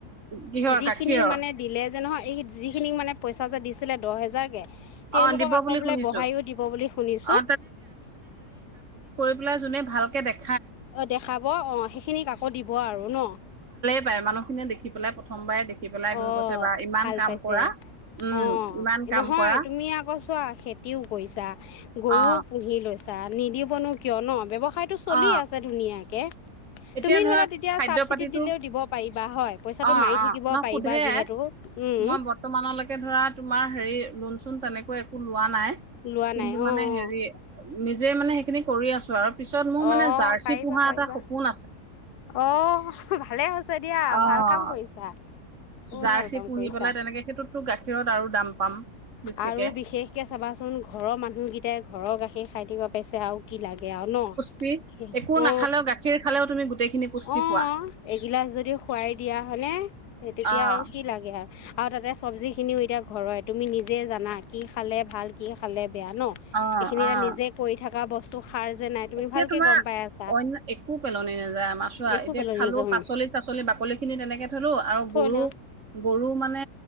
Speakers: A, on the right; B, on the left.
A: কিহৰ
B: যিখিনিক
A: গাখীৰৰ
B: মানে দিলে? <unintelligible> যে নহয়, এই যিখিনি মানে পইচা যে দিছিলে দহ হেজাৰকে, তেওঁলোকক
A: অ দিব
B: আকৌ
A: বুলি
B: বোলে
A: শুনিছো।
B: বহাইও দিব বুলি শুনিছোঁ।
A: অ বোলে জোনে ভালকে দেক
B: অ', দেখাব অ'। খিনিক আকৌ দিব। হ'ব আৰু ন?
A: <unintelligible> মানুহখিনিয় দেখিপেলাই প্ৰথমবাৰে দেখি পেলাই গৈ
B: অ
A: কৈছে বা ইমান
B: ভাল
A: কাম
B: পাইছে
A: কৰা উম
B: অ
A: ইমান কাম
B: নহয়
A: কৰা
B: তুমি আকৌ চোৱা খেতিও কৰিছা গৰুও
A: অ
B: পুহি লৈছা নিদিবনো কিয় ন ব্যৱস্থ <unintelligible> খায়টো চলি
A: অ
B: আছে ধুনীয়াকে
A: এতিয়া
B: তুমি
A: ধৰা
B: ধৰিলোৱা তেতিয়া
A: খাদ্য
B: চাবচিটি
A: পাতিটো
B: দিলেও দিব পাৰিবা হয় পইচাটো
A: অ
B: মাৰি
A: অ
B: থাকিব
A: ন
B: পাৰিবা
A: সোধে
B: যিহেতু উম
A: মই বৰ্তমানলৈকে ধৰা তোমাৰ হেৰি লোণ চোন তেনেকৈ একো লোৱা নাই
B: লোৱা
A: কিন্তু
B: নাই
A: মানে
B: অ অ
A: হেৰি নিজে মানে সেইখিনি কৰি আছো আৰু পিছত মোৰ
B: অ
A: মানে
B: অ
A: জাৰ্চি
B: পাৰিবা
A: পোহা
B: পাৰিবা
A: এটা সপো <inaudible>
B: অ ভালে হৈছে দিয়া
A: অ
B: ভাল কাম কৰিছা বহুত
A: জাৰ্চি
B: ভাল কাম
A: পুহি
B: কৰিছা।
A: পেলাই তেনেকে সেইটোততো গাখীৰত আৰু দাম পাম বেছিকে
B: আৰু বিশেষকে চাবাচোন ঘৰৰ মানুহকিটাই ঘৰৰ গাখী সেই খাই থিব পাইছে আও কি লাগ <unintelligible> গেযাঁও ন
A: <inaudible> একো
B: অ
A: নাখালেও গাখীৰ খালেও <unintelligible>
B: অ
A: পোৱা।
B: এগিলাচ যদি খোৱাই দিয়া হলে তেতিয়া
A: অ',
B: আৰু কি লাগে আৰু আৰু তাতে চব্জিখিনিও এতিয়া ঘৰয়ে হয় তুমি নিজে জানা কি খালে ভাল কি খালে বেয়া ন
A: অ',
B: এইখিনিয়ে
A: অ'।
B: নিজে কৰি থাকা বস্তু <unintelligible> যে নাই তুমি
A: এতিয়া
B: ভালকে
A: তোমাৰ
B: গম পাই আছা
A: অন্য একো পেলনি নে <unintelligible> মাছো
B: একো
A: এতিয়া
B: পেলনি
A: খালো
B: নাযায় উম
A: পাচলি চাচলি বাকলি খিনি তেনেকে থলো আৰু
B: থল
A: গৰু গৰু মানে